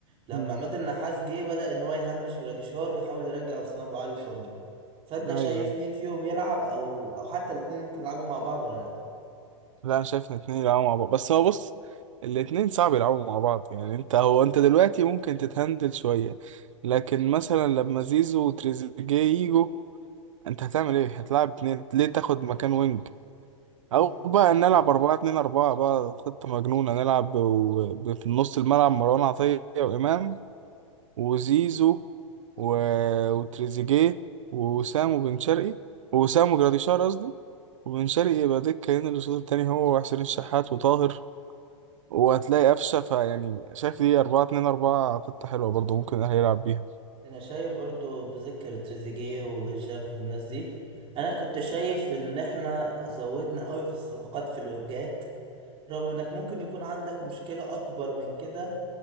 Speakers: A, on the right; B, on the right.
A: لما
B: مم.
A: عماد النحاس جه بدأ ان هو يهمش جراديشار ويحاول يرجع اسامه ابو علي الفورمه فانت
B: ايوه
A: شايف
B: ايوه
A: مين فيهم يلعب او او حتى الاثنين ممكن يلعبوا مع بعض ولا لا
B: لا انا شايف ان اتنين يلعبوا مع بعض بس هو بص الاتنين صعب يلعبوا مع بعض يعني انت هو انت دلوقتي ممكن تتهندل شويه لكن مثلا لما زيزو وتريزيجيه يجوا انت هتعمل ايه هتلعب اتنين ليه تاخد مكان وينج او
A: مم.
B: بقى نلعب أربعة اتنين أربعة بقى خطة مجنونة نلعب ب- ب- في نص الملعب مروان عطية وإمام وزيزو و... وتريزيجيه ووسام وبن شرقي ووسام وجراديشار قصدي وبن شرقي يبقى دكة هنا الأسود التاني هو وحسين الشحات وطاهر وهتلاقي قفشة فيعني شايف دي أربعة اتنين أربعة خطة حلوة برضه ممكن الأهلي يلعب بيها
A: انا شايف برضو بذكر تريزيجيه وبن شرقي من الناس دي انا كنت شايف ان احنا زودنا قوي في الصفقات في الوينجات رغم انك ممكن يكون عندك مشكلة اكبر من كده